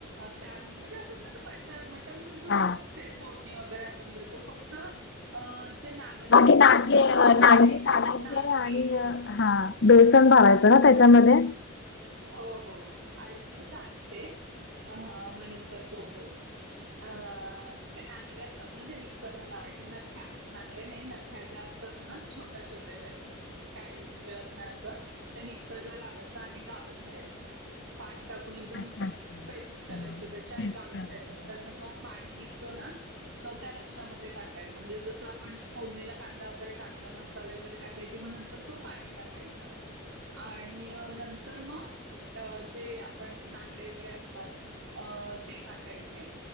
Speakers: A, on the right; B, on the left.
A: त्यानंत म्हणजे आपण जसं मट मटण करतो
B: हा
A: तसंच ते फोडणी वगैरे आपण देती तो फक्त अं जे नागडेचे
B: बाकी
A: हे
B: नागे
A: असतात ना छोटे
B: नागे काढायचे
A: नांगे
B: आणि अ, हा बेसन भावायचं ना त्याच्यामध्ये?
A: हो हो ऐक मी सांगते अ म नंतर तू बोल. अ ते नागडे असतात ना ते मिक्सरला लावायचे नख्या नागडे नाही नख्या ज्या असतात ना छोट्या छोट्या ज्यातून काही मिळत नाही अस त्या मिक्सरला लावायचं आणि पाणी टाकून एकदम
B: अच्छा अच्छा हा
A: पेस्ट करायचे त्याच्या आणि
B: तेच
A: गाळून
B: करायचं.
A: घ्यायच. मग त्याचा तो पाणी निघतो ना तर त्या रश्यामध्ये टाकायचं म्हणजे जसं आपण फोडणीला कांदा वगैरे टाकलं मसाले वगैरे टाकले किं नंतर तो पाणी टाकायचा आणि नंत तर मग जे आपण नागडे वगैरे असतात. अ ते टाकायचे